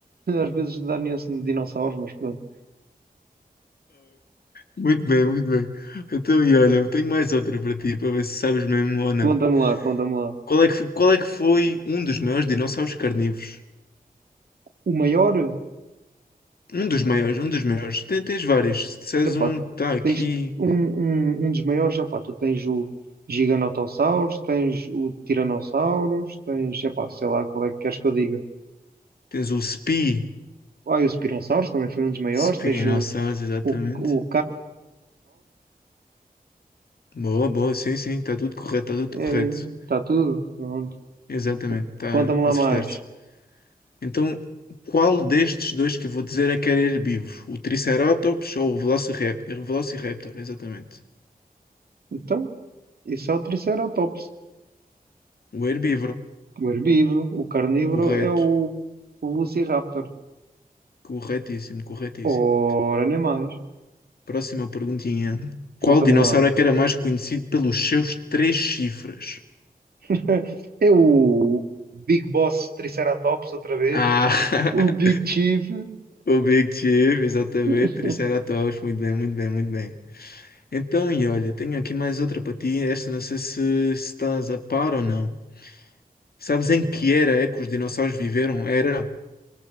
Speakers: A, on the right; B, on the left.
A: <laughs> às vezes, de dar nuance de dinossauros, mas pronto.
B: Muito bem, muito bem. Então, e olha, eu tenho mais outra para ti, para ver se sabes mesmo ou não.
A: Conta-me lá, conta-me lá.
B: Qual é que foi, qual é que foi um dos maiores dinossauros carnívoros?
A: O maior,
B: Um dos maiores, um dos maiores. Tem- tens vários. Se disseres
A: epá,
B: um, tá aqui.
A: tens um, um, um dos maiores, epá, tu tens o Giganotossauros, tens o Tiranossauros, tens, epá, sei lá qual é que queres que eu diga.
B: Tens o Spi.
A: Ah, e o Spinossauros também foi um dos maiores,
B: Spinossauros,
A: tens o,
B: exatamente.
A: o, o
B: Boa, boa, sim, sim, está tudo correto, está tudo
A: Está
B: correto.
A: tudo. Pronto.
B: Exatamente, tá,
A: Conta-me lá
B: acertaste.
A: mais.
B: Então, qual destes dois que eu vou dizer é que era herbívoro? O Triceratops ou o Velociraptor? Velociraptor, exatamente.
A: Então, isso é o Triceratops.
B: O herbívoro,
A: O herbívoro, o carnívoro
B: correto.
A: é o, o Velociraptor.
B: Corretíssimo, corretíssimo.
A: Ora, nem mais.
B: Próxima perguntinha.
A: Conta-me
B: Qual dinossauro
A: lá.
B: é que era mais conhecido pelos seus três chifres?
A: <laughs> É o Big Boss Triceratops outra vez.
B: Ah, <laughs>
A: O Big Chief.
B: o Big Chief, exatamente,
A: <laughs>
B: Triceratops, muito bem, muito bem, muito bem. Então, e olha, tenho aqui mais outra para ti, esta não sei se, se estás a par ou não. Sabes em que era é que os dinossauros viveram? Era?